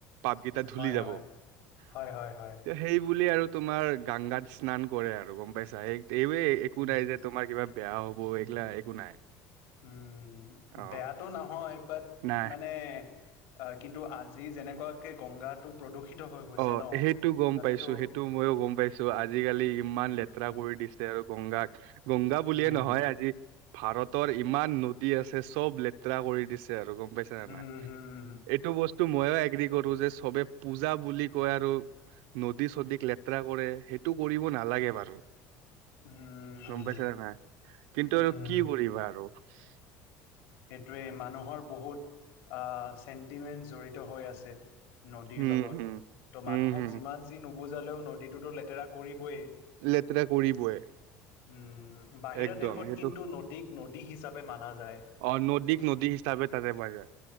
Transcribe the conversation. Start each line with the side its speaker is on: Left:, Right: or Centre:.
Right: পাপকেইটা ধলি
Left: হয়
Right: যাব
Left: হয়
Right: ত
Left: হয় হয় হয়
Right: সেই বুলি আৰু তোমাৰ গংগাত স্নান কৰে আৰু গম পাইছা এই এই একো
Left: উম
Right: নাই যে তোমাৰ কিবা বেয়া হ'ব এইগিলা একো নাই।
Left: উম,
Right: অ।
Left: বেয়াটো নহয় বাট
Right: নাই
Left: মানে আহ কিন্তু আজি যেনেকুৱাকে গংগাটো প্ৰদূষিত হৈ গৈছে
Right: অ
Left: ন
Right: সেইটো গম
Left: তাতেতো
Right: পাইছো, সেইটো ময়ো গম পাইছো আজিকালি ইমান
Left: উম,
Right: লেতেৰা কৰি দিছে আৰু গংগাক গংগা বুলিয়ে
Left: উম,
Right: নহয় আজি ভাৰত ৰ ইমান নদী আছে চব লেতেৰা কৰি দিছে আৰু গম পাইছা নে
Left: উম,
Right: নাই
Left: হুম,
Right: এইটো বস্তু ময়ো এগগ্ৰী কৰো যে সবে পূজা বুলি কয় আৰু নদী চদীক লেতেৰা কৰে, সেইটো কৰিব নালাগে বাৰু।
Left: উম,
Right: গম পাইছা নে নাই, কিন্তু
Left: উম,
Right: আৰু কি কৰিবা আৰু। <unintelligible>
Left: সেইটোৱে মানুহৰ বহুত আ চেণ্টিমেণ্ট জড়িত হৈ আছে নদীৰ
Right: হম
Left: লগত,
Right: হম
Left: ত'
Right: হম
Left: মানুহক
Right: হম
Left: যিমান যি নুবুজালেও নদীটোতো লেতেৰা কৰিবই।
Right: লেতেৰা কৰিবই।
Left: উম বাহিৰা
Right: একদম
Left: দেশত
Right: সেইটো
Left: কিন্তু নদীক নদী হিচাপে মানা যায়।
Right: অ' নদীক নদী হিচাপে তাতে বাজে।